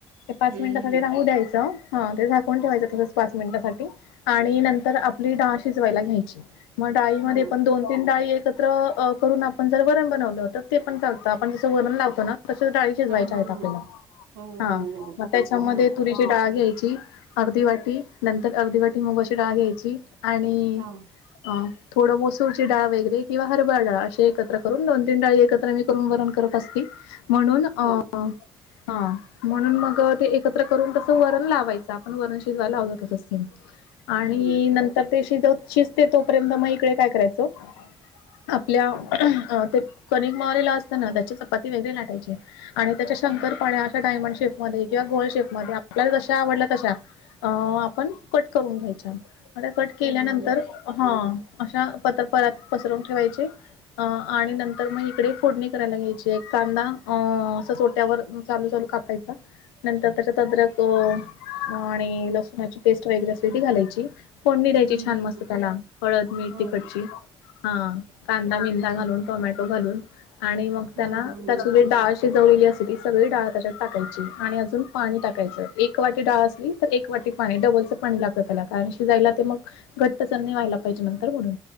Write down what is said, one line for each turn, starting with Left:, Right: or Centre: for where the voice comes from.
Left: ते पाच
Right: हम्म
Left: मिनिटासाठी
Right: हम्म
Left: राहू द्यायचं. हा ते झाकून ठेवायचं तसंच पाच मिनटासाठी आणि नंतर आपली डाळ शिजवायला घ्यायची. मग, डाळी मध्ये
Right: हो
Left: पण दोन तीन डाळी एकत्र अ करून आपण जर वरण बनवलं, तर ते पण चालतं आपण जसं वरण लावतो ना तस डाळी शिजवायचे
Right: हा हा
Left: आहेत
Right: हा
Left: आपल्याला
Right: हो हो
Left: हा
Right: हो
Left: मग त्याच्यामध्ये
Right: हा
Left: तुरीची डाळ घ्यायची अर्धी वाटी नंतर अर्धी वाटी मुगाची डाळ घ्यायची. आणि
Right: हा
Left: अ थोडं मसूरची डाळ वगैरे किंवा हरभरा डाळ अशी एकत्र करून दोन तीन डाळी एकत्र मी करून वरण करत असती म्हणून अ
Right: हो
Left: हा म्हणून मग ते एकत्र करून तसं वरण लावायचं. चा आपण वरण शिजवायला तसच ते आणि
Right: हम्म
Left: नंतर त्याशी शिज शिजते तोपर्यंत मग इकडे काय करायचं आपल्या ते कणिक मळलेला असत ना त्याची चपाती वेगळी लाटायची आणि त्याच्या शंकरपाळ्या
Right: हम्म
Left: अशा डायमंड शेफमध्ये किंवा गोल शेपमध्ये आपल्याला जश्या आवडल्यात. तशा अ आपण कट करून घ्यायच्या मग कट केल्यानंतर
Right: हम्म
Left: हा अशा पत्र परात पसरवून ठेवायचे. अ आणि नंतर मग इकडे फोडणी करायला घ्यायची एक कांदा अ असंच ओट्यावर चालू चालू कापायचा नंतर त्याच्यात अद्रक ह आणि लसणाची पेस्ट वगैरे असते ती घालायची. फोडणी द्यायची
Right: हम्म
Left: छान
Right: हम्म हम्म
Left: मस्त
Right: हम्म
Left: त्याला हळद मीठ
Right: हो
Left: तिखटची हा कांदा विंदा
Right: हम्म
Left: घालून. टोमॅटो घालून आणि मग त्यांना
Right: हा हो
Left: त्याचे जे डाळ ली अस त सगळी डाळ त्याच्यात टाकायची आणि अजून पाणी टाकायच एक वा डाळ असली तर एक वाटी पाणी डबलच पाणी लागत त्याला कारण शिजायला ते मग घट्टसर नाही व्हायला पाहिजे नंतर म्हणून.